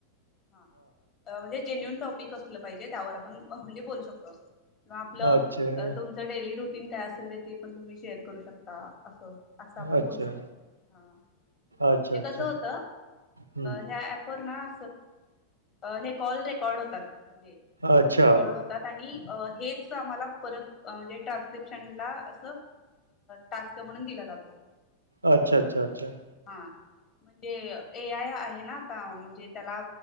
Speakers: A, on the left; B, on the right.
A: हा म्हणजे जेन्युन टॉपिक असलं पाहिजे, त्यावर आपण म्हणजे बोलू शकतो असं. किंवा आपलं
B: अच्छा
A: तुमचं डेली रुटीन काय असेल तर, ते पण तुम्ही शेअर करू शकता. असं असा. बोलू
B: अच्छा
A: शकतो. म्हणजे
B: अच्छा अच्छा
A: कस होत.
B: हम्म
A: ह्या ॲपवर ना हे कॉल रेकॉर्ड होतात. म्हणजे
B: अच्छा
A: रेकॉर्ड होतात आणि हेच आम्हाला परत म्हणजे ट्रान्स्क्रिपशनला अस टास्क म्हणून दिला दिला जा
B: अच्छा, अच्छा, अच्छा.
A: हा. म्हणजे ए. आय आहे ना आता. म्हणजे त्याला